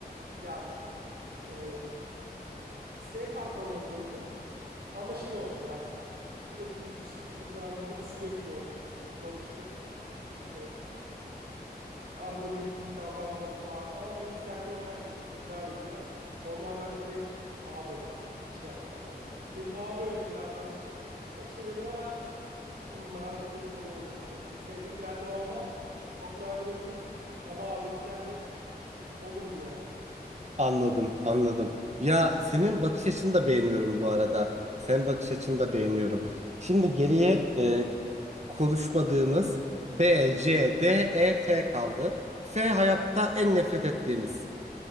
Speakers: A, on the right; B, on the right.
A: Yani eee, S katmanına koydum ama şey oldu yani sürekli bir küslük girdi aramıza. Bu sürekli oldu. Küstük, barıştık. İşte arada bir iyi davranmadı falan ama bunu düzenli olarak yapıyor, tekrar ediyor. Onlar bende direkt A'dadır abi. Hiç şey yapmam yani. Benim A böyle biraz daha hani şey çok severim ama hmm, arada da limoni oluruz yani. S'dekilerle olmam. Çok nadir olurum ama A'dakilerle olurum yani.
B: Anladım, anladım. Ya senin bakış açını da beğeniyorum bu arada. Senin bakış açını da beğeniyorum. Şimdi geriye e, konuşmadığımız B, C, D, E, F kaldı. F hayatta en nefret ettiğimiz.